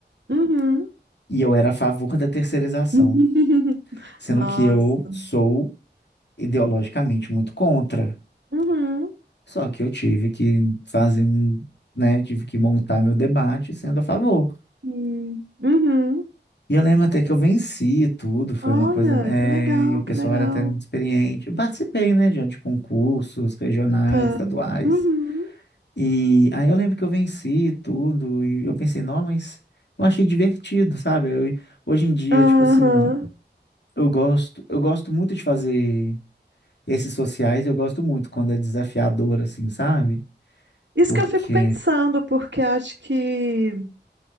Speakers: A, on the right (about 80°); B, on the left (about 70°).
A: uhum.
B: E eu era a favor da terceirização.
A: <laughs>
B: Sendo
A: Nossa.
B: que eu sou ideologicamente muito contra.
A: Uhum,
B: Só que eu tive que fazer um, né, tive que montar meu debate sendo a favor.
A: hum, uhum.
B: E eu lembro até que eu venci e tudo, foi
A: Olha,
B: uma coisa, é,
A: que legal,
B: e o pessoal
A: que legal.
B: era até muito experiente. Eu participei, né, de de concursos regionais,
A: Tá.
B: estaduais.
A: Uhum.
B: E aí eu lembro que eu venci e tudo, e eu pensei, não, mas eu achei divertido, sabe? Eu- hoje em dia,
A: Aham.
B: tipo assim, eu gosto, eu gosto muito de fazer Esses sociais eu gosto muito quando é desafiador, assim, sabe?
A: Isso
B: Porque.
A: que eu fico pensando, porque acho que